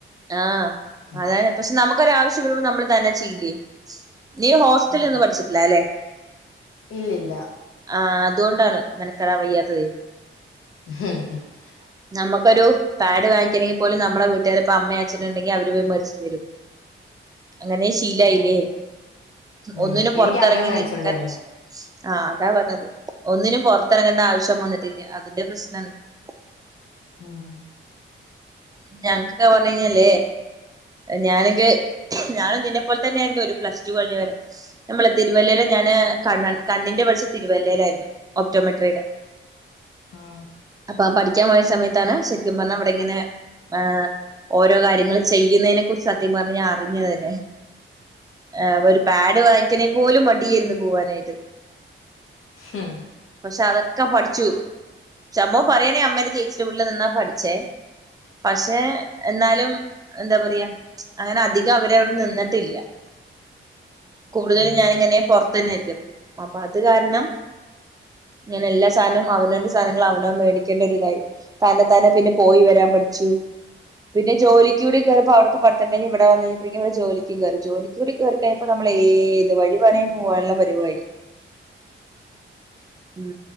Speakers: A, on the right; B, on the left.
A: ആഹ്
B: ഉം
A: അതാണ് പക്ഷെ നമുക്കൊരാവശ്യം വരുമ്പോ നമ്മള് തന്നെ ചെയെ നീ ഹോസ്റ്റലി
B: ഉം
A: നിന്ന് പഠിച്ചിട്ടില്ല ല്ലെ
B: ഇല്ലില്ല
A: ആഹ് അതൊണ്ടാണ് മെനക്കെടാൻ വയ്യാത്തതേ
B: <unintelligible>
A: നമ്മക്കൊരു പാഡ് വാങ്ങിക്കണങ്കിൽ പോലും നമ്മള വീട്ടുകാരെ ഇപ്പ അമ്മേ അച്ഛനൊ ണ്ടെങ്കി അവര് പോയി മേടിച്ചിട്ട് വരും അങ്ങനെ ശീലായില്ലേ
B: ഉം ഉം
A: ഒന്നിനും
B: എനിക്ക്
A: പൊറത്തിറങ്ങി
B: അമ്മേ മേടിച്ചോണ്ട്
A: നിക്കാ
B: വരുന്നേ
A: ആഹ് അതാ പറഞ്ഞത് ഒന്നിനും പൊറത്തെറങ്ങേണ്ട ആവശ്യം വന്നിട്ടില്ല അതിന്റെ പ്രശ്നാണ് <unintelligible>
B: ഉം
A: ഞങ്ങക്ക്ക്കെ പറഞ്ഞ് കഴിഞ്ഞാലേ ഞാനക്കെ ഞാനും നിന്നെ പോലെ തന്നെയായിരുന്നു ഒരു പ്ലസ് ടു കഴിഞ്ഞ വരെ നമ്മള തിരുവല്ലയില ഞാന് കണ് കണ്ണിന്റെ പഠിച്ച തിരുവല്ലയിലായിരുന്നു ഒപ്റ്റോമെട്രിയുടെ <unintelligible>
B: ആഹ്
A: അപ്പൊ പഠിക്കാൻ പോയ സമയത്താണ് ശരിക്കും പറഞ്ഞാൽ അവിടെങ്ങനെ ആഹ് ഓരോ കാര്യങ്ങൾ ചെയ്യുന്നതിനെ കുറിച്ച് സത്യം പറഞ്ഞാ ഞാൻ അറിഞ്ഞത് തന്നെ ആഹ് ഒരു പാഡ് വാങ്ങിക്കണെ പോലും മടിയാർന്നു പോവാനായിട്ട്
B: ഹും
A: പക്ഷെ അതൊക്കെ പഠിച്ചു ചമ്പവം പറയണേ അമ്മയുടെ ചേച്ചിടേം വീട്ടില് നിന്നാ പഠിച്ചേ പക്ഷെ എന്നാലും എന്താ പറയാ അങ്ങനെ അധികം അവരവിടെ നിന്നിട്ടില്ല കൂടുതലും
B: ഉം
A: ഞാനിങ്ങനെ പൊറത്തന്നൊയിരിക്കാം അപ്പൊ അത് കാരണം ഇങ്ങനെ എല്ലാ സാധനവും അവനോന്റ സാധനങ്ങൾ അവന മേടിക്കേണ്ട ഒരിതായി തന്ന താനെ പിന്നെ പോയി വരാൻ പഠിച്ചു പിന്നെ ഈ ജോലിക്കൂടി കയറിയപ്പ അവിടുത്ത പഠിത്തം കഴിഞ്ഞ് ഇവിടെ വന്ന് കഴിഞ്ഞപ്പഴേക്കും ഇവിടെ ജോലിക്കും കേറി ജോലിക്കൂടി കേറി കഴിഞ്ഞപ്പ ഇപ്പൊ നമ്മൾ ഏത് വഴി വേണേലും പോവാനുള്ള പരിവായി ഉം